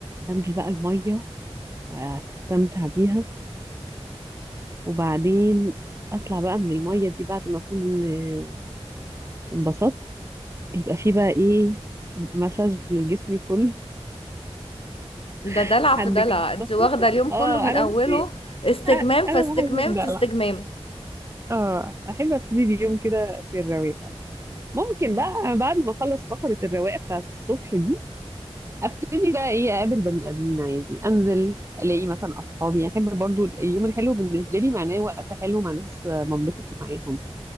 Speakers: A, on the right; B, on the left.
A: انزل بقى المية واستمتع بيها وبعدين اطلع بقى من المية دي بعد ما اكون آه، انبسطت يبقى في بقى ايه مساج لجسمي كله
B: ده
A: <laughs>
B: دلع في
A: حد
B: دلع
A: كده متخصص
B: انت واخدة اليوم كله
A: اه
B: من
A: انا
B: اوله
A: بصي
B: استجمام
A: آه، انا
B: في استجمام
A: بحب الدلع
B: في استجمام
A: اه احب ابتدي اليوم كده في الرواقه ممكن
B: مم.
A: بقى بعد ما اخلص فقره الرواقه بتاعت الصبح دي ابتدي بقى ايه اقابل بني ادمين عادي انزل الاقي مثلا اصحابي يعني احب برضو اليوم الحلو بالنسبه لي معناه وقت حلو مع ناس آه، بنبسط معاهم